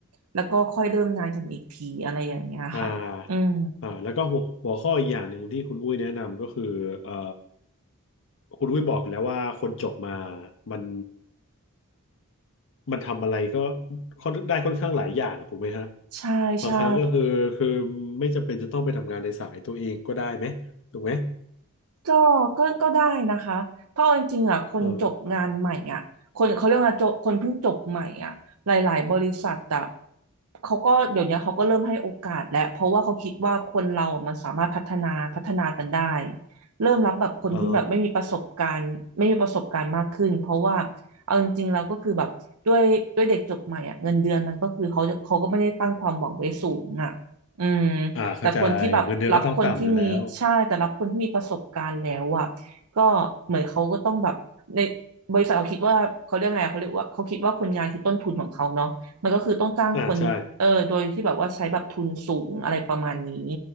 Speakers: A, on the right; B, on the left.
A: แล้วก็ค่อยเริ่มงานกันอีกทีอะไรอย่างเงี้ยค่ะอืม
B: อ่าอ่าแล้วก็หัวหัวข้ออีกอย่างหนึ่งที่คุณอุ้ยแนะนำก็คือเอ่อคุณอุ้ยบอกแล้วว่าคนจบมามัน มันทำอะไรก็ค่อนได้ค่อนข้างหลายอย่างถูกไหมฮะ
A: ใช่ใช่
B: บางครั้งก็คือคือไม่จำเป็นจะต้องไปทำงานในสายตัวเองก็ได้ไหมถูกไหม
A: ก็ก็ก็ได้นะคะเพราะเอาจริงๆอ่ะคนจบงานใหม่อ่ะคนเขาเรียกว่าจบคนเพิ่งจบใหม่อ่ะหลายๆบริษัทอ่ะ
B: เออ
A: เขาก็เดี๋ยวนี้เขาก็เริ่มให้โอกาสแล้วเพราะว่าเขาคิดว่าคนเรามันสามารถพัฒนาพัฒนากันได้ เริ่มรับแบบคนที่แบบไม่มีประสบการณ์ไม่มีประสบการณ์มากขึ้นเพราะว่า
B: อ๋อ
A: เอาจริงๆเราก็คือแบบด้วยด้วยเด็กจบใหม่อ่ะเงินเดือนมันก็คือเขาเขาก็ไม่ได้ตั้งความหวังไว้สูงอ่ะอืม
B: อ่าเข้าใจเงินเดือนก็ต้องต่ำอยู่แล้ว
A: แต่คนที่แบบรับคนที่มีใช่แต่รับคนที่มีประสบการณ์แล้วอ่ะก็เหมือนเขาก็ต้องแบบในบริษัทเขาคิดว่าเขาเรียกไงเขาเรียกว่าเขาคิดว่าคนงานคือต้นทุนของเขาเนาะมันก็คือต้องจ้างคนเออโดยที่แบบว่าใช้แบบทุนสูงอะไรประมาณนี้
B: อ่าใช่